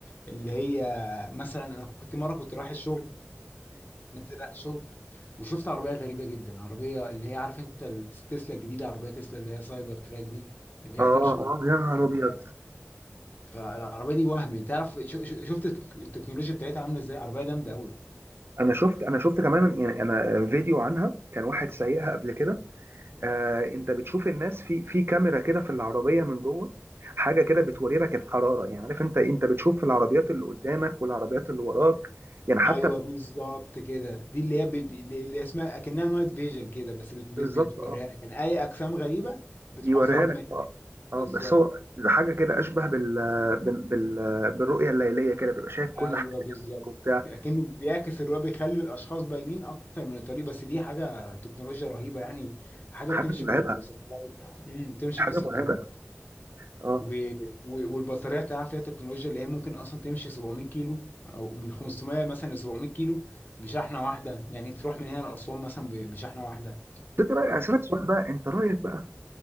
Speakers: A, on the left; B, on the right.
A: اللي هي مثلا انا كنت مره كنت رايح الشغل نازل رايح الشغل وشفت عربيه غريبه جدا عربيه اللي هي عارف انت ال- تسلا الجديده عربيه تسلا اللي هي سايبر تراك دي اللي هي
B: اه
A: بتمشي بالكهرباء
B: اه يا نهار
A: وبتاع
B: ابيض
A: فالعربيه دي وهم انت تعرف شو- شو- شفت التك- التكنولوجيا بتاعتها عامله ازاي عربيه جامده قوي
B: انا شفت انا شفت كمان يعني انا فيديو عنها كان واحد سايقها قبل كده آه انت بتشوف الناس في في كاميرا كده في العربيه من جوه حاجه كده بتوري لك الحراره يعني عارف انت انت بتشوف في العربيات اللي قدامك والعربيات اللي وراك يعني حتى
A: ايوه بالظبط كده دي اللي هي بت... اللي اللي اسمها اكنها نايت فيجن كده بس بت... بتوريها
B: بالظبط اه
A: لك يعني اي اجسام غريبه بتحذرك
B: بيوريها لك
A: منها
B: اه
A: بالظبط
B: اه بس هو حاجه كده اشبه بال بال بال- بالرؤيه الليليه كده بيبقى شايف كل
A: ايوه
B: حاجه
A: بالظبط
B: وبتاع
A: اكنه بيعكس الرؤيه بيخلي الاشخاص باينين اكتر من الطريق بس دي حاجه تكنولوجيا رهيبه يعني حاجه
B: حاجه
A: بتمشي
B: مرعبه
A: بال... بالساتلايت امم بتمشي
B: حاجه
A: بالساتلايت
B: مرعبه اه
A: و... و... والبطاريه بتاعها فيها تكنولوجيا اللي هي ممكن اصلا تمشي 700 كيلو او من 500 مثلا ل 700 كيلو بشحنه واحده يعني تروح من هنا لاسوان مثلا ب- بشحنه واحده
B: انت رايك اسالك سؤال بقى انت رايك بقى